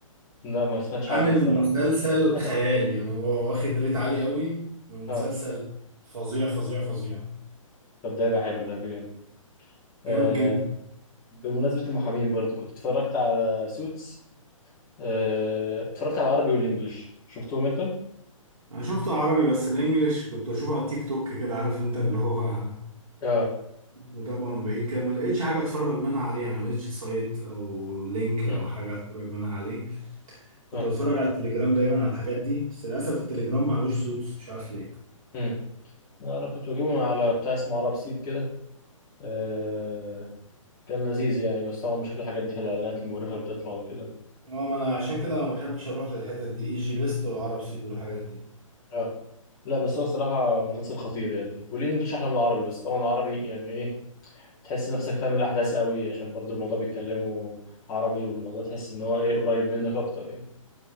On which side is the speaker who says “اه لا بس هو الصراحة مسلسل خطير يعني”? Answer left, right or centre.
Left